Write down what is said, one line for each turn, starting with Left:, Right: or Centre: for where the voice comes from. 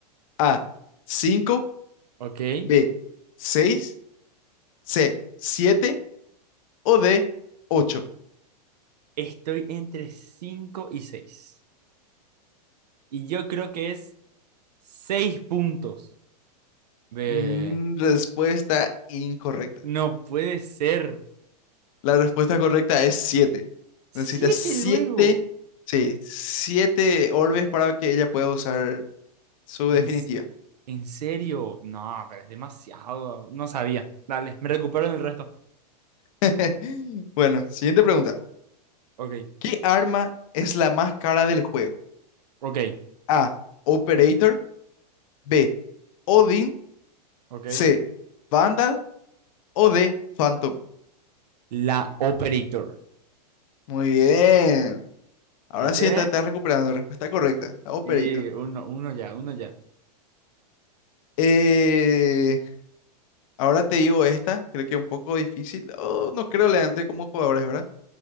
Left: A, 5.
Right: Ok.
Left: B, 6. C, 7. o D, ocho.
Right: Estoy entre 5 y seis. Y yo creo que es 6 puntos de...
Left: Mm, respuesta incorrecta.
Right: No puede ser.
Left: La respuesta correcta es siete
Right: siete
Left: Necesitas siete
Right: luego.
Left: sí, 7 orbes para que ella pueda usar su
Right: ¿En,
Left: definitiva.
Right: s- en serio? No, pero es demasiado. No sabía. Dale, me recupero en el resto.
Left: <laughs> Bueno, siguiente pregunta.
Right: Ok,
Left: ¿Qué arma es la más cara del juego?
Right: ok,
Left: A. Operator. B. Odin.
Right: ok.
Left: C. Vandal. O D. Phantom.
Right: La Operator.
Left: Muy bien. Ahora
Right: ¿Viste?
Left: sí está, está recuperando. Respuesta correcta. La Operator.
Right: Y uno, uno ya, uno ya.
Left: Eh, ahora te digo esta. Creo que es un poco difícil. Oh, no creo leante como jugadores, ¿verdad?